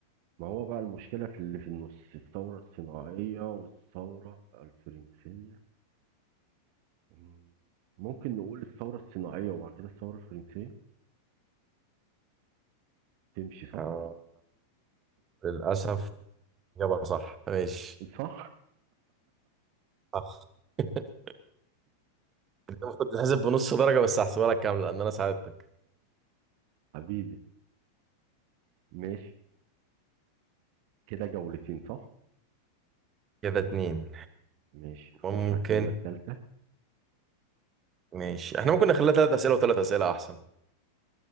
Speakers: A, on the right; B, on the right.
A: ما هو بقى المشكله في اللي في النص الثوره الصناعيه والثوره الفرنسيه مم. ممكن نقول الثوره الصناعيه وبعد كده الثوره الفرنسيه تمشي صح
B: آه. للأسف إجابة صح ماشي
A: صح
B: أخ <laughs> أنت المفروض تتحسب بنص درجة بس هحسبها لك كاملة لأن أنا ساعدتك
A: حبيبي ماشي كده جولتين صح
B: كده اتنين
A: ماشي
B: ممكن
A: خش على الجوله الثالثه
B: ماشي احنا ممكن نخليها تلات أسئلة وتلات أسئلة أحسن